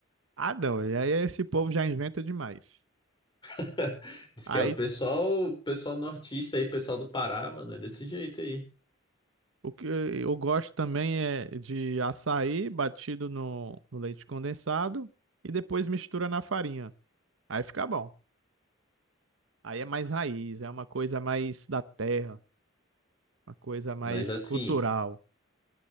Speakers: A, on the right (about 70°); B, on the left (about 25°).
A: Ah, não, e aí esse povo já inventa demais.
B: <laughs> Diz
A: Aí
B: que é o pessoal, o pessoal nortista aí, pessoal do Pará, mano, é desse jeito aí.
A: O que eu gosto também é de açaí batido no, no leite condensado e depois mistura na farinha. Aí fica bom. Aí é mais raiz, é uma coisa mais da terra, uma coisa mais
B: Mas assim,
A: cultural.